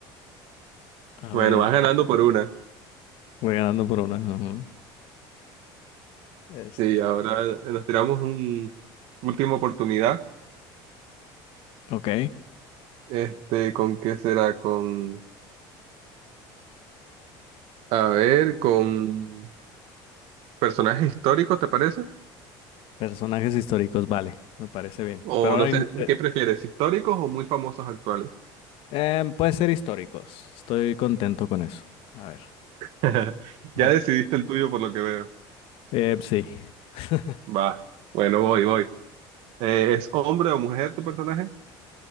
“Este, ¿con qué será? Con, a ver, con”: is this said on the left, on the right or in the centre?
Right